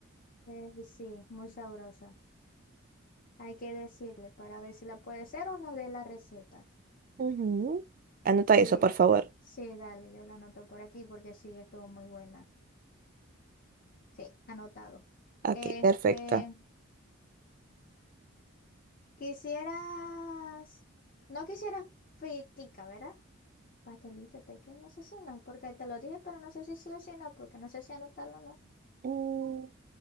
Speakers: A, on the left; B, on the right.
A: eh, sí, muy sabrosa, hay que decirle para ver si la puede hacer o no de la receta.
B: Ujú. Anota
A: Sí,
B: eso, por favor.
A: sí, dale, yo la anoto por aquí porque sí, estuvo muy buena. Sí, anotado.
B: Aquí,
A: Este,
B: perfecto.
A: quisieras, no quisieras fritica, ¿verdad? Pastelito pequeño, eso sí, no, porque te lo dije, pero no sé si sí o si no, porque no sé si anotarlo o no.
B: Mm,